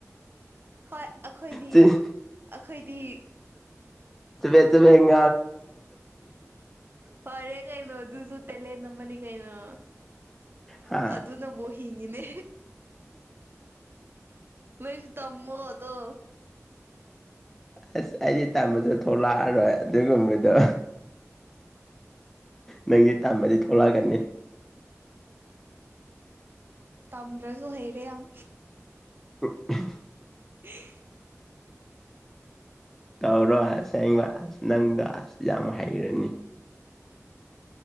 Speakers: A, on the right; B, in the centre.
A: ꯍꯣꯏ ꯑꯩꯈꯣꯏꯗꯤ
B: ꯆꯤꯟ
A: ꯑꯩꯈꯣꯏꯗꯤ
B: ꯆꯕꯦꯡ ꯆꯕꯦꯡ
A: ꯐꯔꯦ ꯀꯩꯅꯣꯑꯗꯨꯨꯁꯨ ꯇꯦꯂꯦꯟ ꯑꯃꯅꯤ ꯀꯩꯅꯣ
B: ꯍꯥ
A: ꯑꯗꯨꯅꯕꯨ ꯍꯤꯡꯉꯤꯅꯦ ꯅꯣꯏꯁꯨ ꯇꯃꯨ ꯑꯗꯣ
B: ꯑꯁ ꯑꯩꯗꯤ ꯇꯝꯃꯖꯨ ꯊꯣꯛꯂꯛꯑꯔꯣꯏ ꯑꯗꯨꯒꯨꯝꯕꯗꯣ ꯅꯪꯒꯤ ꯇꯝꯃꯗꯤ ꯊꯣꯛꯂꯛꯀꯅꯤ
A: ꯇꯝꯗ꯭ꯔꯁꯨ ꯍꯩꯔꯦ ꯌꯥꯝ
B: <inaudible>
A: <inaudible>
B: ꯇꯧꯔꯣ ꯑꯁ ꯍꯕ ꯑꯁ ꯅꯪꯗꯣ ꯑꯁ ꯌꯥꯝ ꯍꯩꯔꯅꯤ